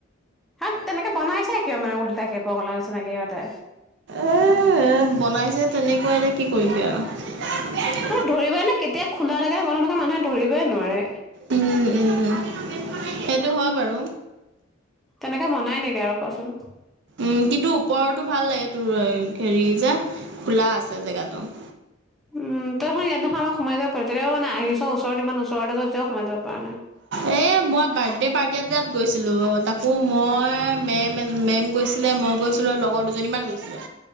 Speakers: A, in the centre; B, on the right.
A: হাত তেনেকে বনাইছে কিয় মানে উলটাকে পগলা নিচিনাকে সিহঁতে।
B: এ' এ' বনাইছে তেনেকুৱা এতিয়া কি কৰিবি আৰু।
A: ধৰিবই নে কেতিয়া খোলা থাকে বন্ধ থাকে মানুহে ধৰিবই নোৱাৰে।
B: উম উম সেইটো হয় বাৰু।
A: তেনেকে বনাই নেকি আৰু কোৱাচোন।
B: উম কিন্তু ওপৰৰতো ভাল লাগে তোৰ হেৰি যে খোলা আছে জেগাটো। <inaudible>
A: উম তই দেখোন ইয়াত দেখোন আমাক সোমাই যাব পাৰ, তেতিয়া মানে আহিছ ওচৰত ইমান ওচৰত আছে যেতিও সোমাই যাব পৰা নাই।
B: এ' মই বাৰ্থডে পাৰ্টি এটাত গৈছিলো অ। তাকো মই মেম এ মেম গৈছিলে মই গৈছিলোঁ আৰু লগৰ দুজনীমান গৈছিলে।